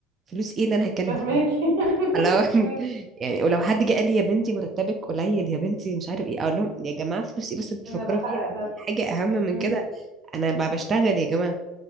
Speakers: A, on the right (about 30°); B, on the right (about 80°).
A: فلوس ايه اللي انا هتكلم
B: فاهماكي
A: فيها لو <laughs>
B: <laughs> مم.
A: يعني ولو حد جه قال لي يا بنتي مرتبك قليل يا بنتي مش عارف ايه اقول لهم يا جماعه فلوس ايه بس انتوا بتفكروا
B: انا بحقق
A: فيها
B: نفسي
A: في حاجه اهم من
B: مم.
A: كده انا بقى بشتغل يا جماعه